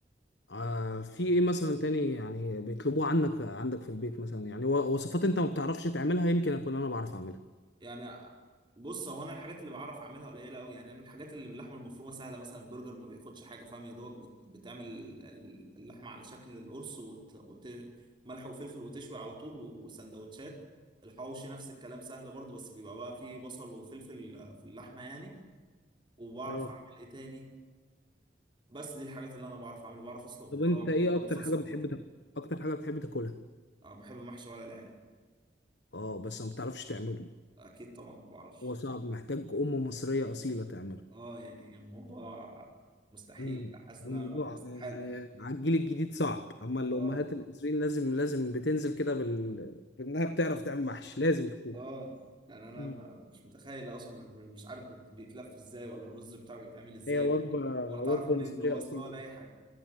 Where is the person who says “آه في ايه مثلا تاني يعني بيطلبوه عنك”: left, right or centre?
Left